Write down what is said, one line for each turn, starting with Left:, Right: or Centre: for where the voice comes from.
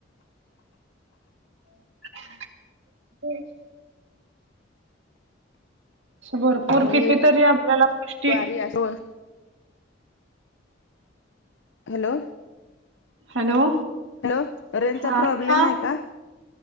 Right: <unintelligible> भरपूर
Left: मग ही
Right: कितीतरी आपल्याला गोष्टी
Left: वारी अशी हॅलो.
Right: हॅलो.
Left: हॅलो रेजचा
Right: हा
Left: प्रॉब्लेम
Right: हा
Left: आहे का?